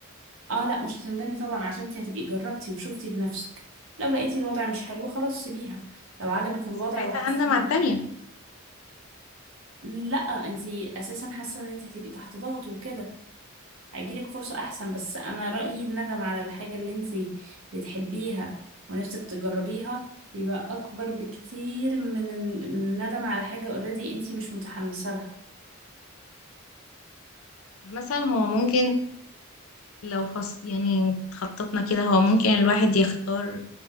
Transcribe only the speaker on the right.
اه لا مش هتندمي طبعا عشان انتي هتبقي جربتي وشفتي بنفسك لو لقيتي الوضع مش حلو خلاص سيبيها لو عجبك الوضع
وحاسه
إن-
لا انتي اساسا حاسه ان انتي هتبقي تحت ضغط وكده هيجيلك فرصة أحسن بس أنا رأيي الندم على الحاجة اللي انتي بتحبيها ونفسك تجربيها بيبقى أكبر بكتير من ال- من الندم على حاجة اوريدي انتي مش متحمسة لها